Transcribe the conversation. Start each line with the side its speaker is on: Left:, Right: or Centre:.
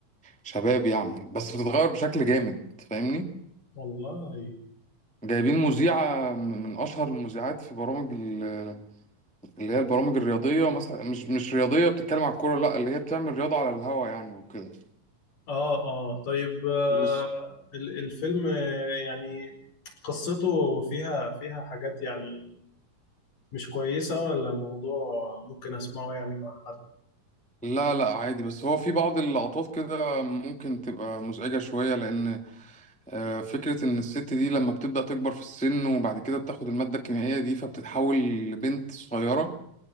Centre: شباب يعني بس بتتغير بشكل جامد فاهمني
Left: والله
Centre: جايبين مذيعة من أشهر المذيعات في برامج ال- اللي هي البرامج الرياضية مثلا مش مش رياضية بتتكلم عن الكورة لا اللي هي بتعمل رياضة على الهوا يعني وكده
Left: اه اه طيب آه
Centre: بس
Left: ال- الفيلم آه، يعني قصته فيها فيها حاجات يعني مش كويسه ولا الموضوع ممكن اسمعه يعني مع حد
Centre: لا لا عادي بس هو في بعض اللقطات كده ممكن تبقى مزعجة شوية لأن آه، فكرة إن الست دي لما بتبدأ تكبر في السن وبعد كده بتاخد المادة الكيميائية دي فبتتحول لبنت صغيرة